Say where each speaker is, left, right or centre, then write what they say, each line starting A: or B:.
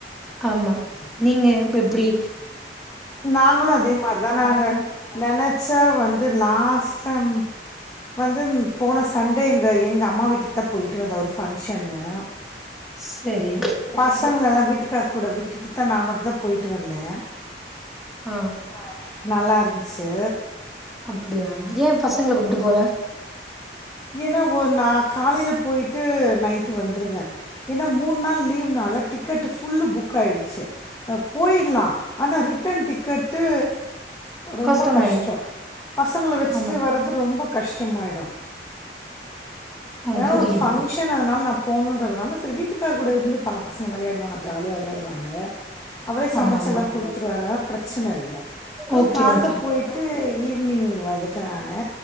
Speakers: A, in the centre; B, on the left.
A: ஆமா நீங்க எப்புடி
B: நாங்களு அதே மாரிதா நாங்க நெனச்சா வந்து லாஸ்ட் டைம் வந்து போன சண்டே இங்க எங்க அம்மா வீட்டுக்கு தா போய்ட்டு வந்தே ஒரு ஃபங்க்ஷன்னு
A: செரி
B: பசங்கள எல்லா வீட்டுக்காரு கூட விட்டுட்டு தா நா மட்டு தா போய்ட்டு வந்தே
A: ஆ
B: ஆ நல்லா இருந்துச்சு
A: அப்டியா ஏ பசங்கள கூப்பிட்டு போல
B: ஏன்னா ஒரு நா காலையில போய்ட்டு நைட்டு வந்துடுவே ஏன்னா மூணு நாள் லீ்வுனால டிக்கெட்டு ஃபுல்லு புக் ஆகிடுச்சு போயில்லா ஆனா ரிட்டன் டிக்கெட்டு ரொம்ப
A: கஷ்டமாயிடும்
B: கஷ்டோ பசங்கள வச்சுட்டு
A: ஆமா
B: வர்றது ரொம்ப கஷ்டமாயிடு
A: ஆ
B: அதன
A: புரியுது
B: ஒரு ஃபங்க்ஷன் அதனால நா போணுன்றதுனால செரி வீட்டுக்கார் கூட இருந்துப்பாங்க பசங்க வெளையாடுவாங்க ஜாலியா வெளையாடுவாங்க அவரே
A: ஆமா
B: சமைச்சு
A: ஆமா
B: எல்லா கொடுத்துருவாரா ப்ரச்சன இல்ல
A: ஓகே
B: காலல
A: ஓகே
B: போயிட்டு வட்டு ஈவினிங் வந்துட்டே நானு